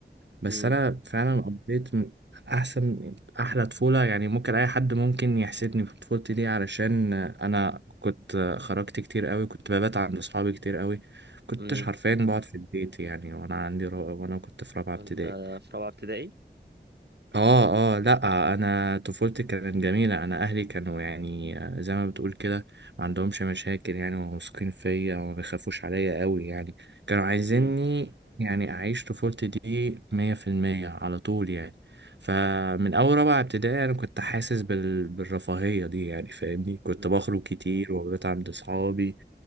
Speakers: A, on the right (about 80°); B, on the right (about 70°).
A: بس
B: امم
A: انا فعلا قضيت م- احسن احلى طفوله يعني ممكن اي حد ممكن يحسدني في طفولتي دي علشان انا كنت خرجت كتير قوي كنت ببات عند اصحابي كتير قوي كنتش
B: امم
A: حرفيا بقعد في البيت يعني وانا عندي رابعه وانا كنت في رابعه
B: وانت
A: ابتدائي
B: في رابعة ابتدائي؟
A: اه اه لا انا طفولتي كانت جميله انا اهلي كانوا يعني زي ما بتقول كده ما عندهمش مشاكل يعني وواثقين فيا وما بيخافوش عليا قوي يعني كانوا عايزيني
B: امم
A: يعني اعيش طفولتي دي مية في المية على طول يعني فمن اول رابعه ابتدائي انا كنت حاسس بال... بالرفاهيه دي يعني فاهمني كنت
B: امم
A: بخرج كتير وببات عند اصحابي